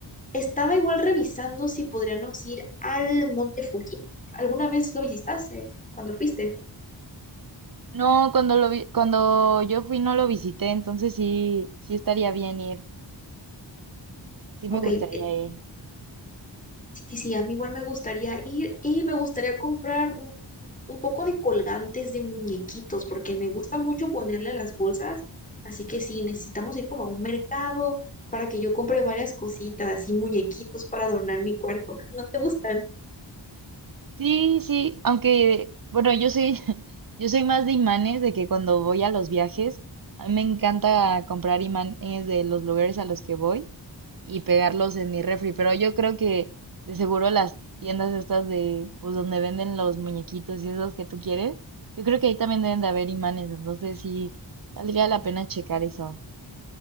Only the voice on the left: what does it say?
estaba igual revisando si podríamos ir al Monte Fuji. ¿Alguna vez lo visitaste cuando fuiste?
Ok,
eh,
sí, sí, a mí igual me gustaría ir y me gustaría comprar un poco de colgantes de muñequitos, porque me gusta mucho ponerle a las bolsas. Así que sí, necesitamos ir como a un mercado para que yo compre varias cositas y muñequitos para adornar mi cuarto. <laughs> ¿No te gustan?